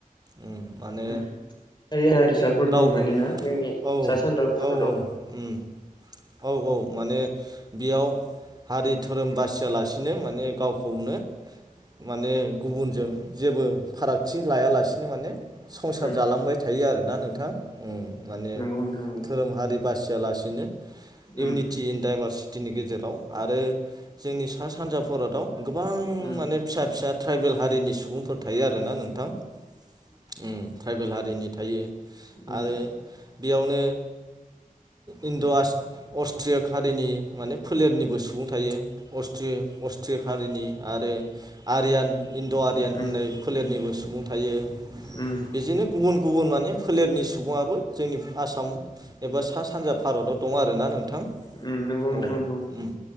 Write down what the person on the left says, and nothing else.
<inaudible>
फिसाफोर दं
मानोना जोंनि
सा सानजा भारताव
उम
नंगौ नोंथां नंगौ
उम
उम
उम
उम
उम
उम नंगौ नोंथां
नंगौ